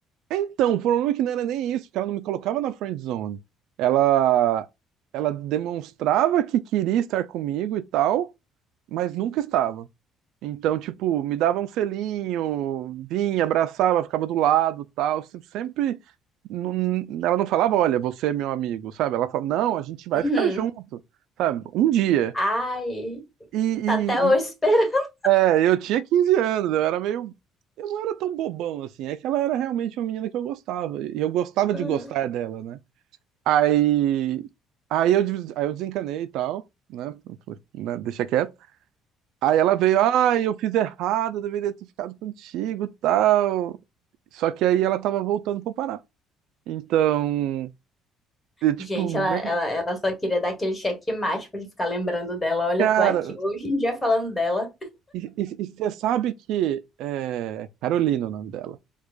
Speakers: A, on the right; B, on the left.
A: Então, o problema é que não era nem isso, porque ela não me colocava na friend zone. Ela, ela demonstrava que queria estar comigo e tal, mas nunca estava. Então, tipo, me dava um selinho, vinha, abraçava, ficava do lado, tal. Se- Sempre não- ela não falava, olha, você é meu amigo, sabe? Ela falava, não, a gente vai
B: Uhum.
A: ficar junto, sabe? Um dia.
B: Ai,
A: E, e-
B: tá até hoje
A: e-
B: esperando.
A: é, eu tinha 15 anos, eu era meio, eu não era tão bobão assim. É que ela era realmente uma menina que eu gostava, e eu gostava
B: Uhum.
A: de gostar dela, né? Aí, aí eu, des- aí eu desencanei e tal, né? Falei, Né, Deixa quieto. Aí ela veio, ai, eu fiz errado, eu deveria ter ficado contigo, tal. Só que aí ela tava voltando pro Pará. Então, eu, tipo,
B: Gente,
A: nem,
B: ela, ela, ela só queria dar aquele checkmate pra gente ficar lembrando dela. Olha,
A: cara,
B: tô aqui hoje em dia falando dela.
A: e você sabe que é, Carolina, é o nome dela.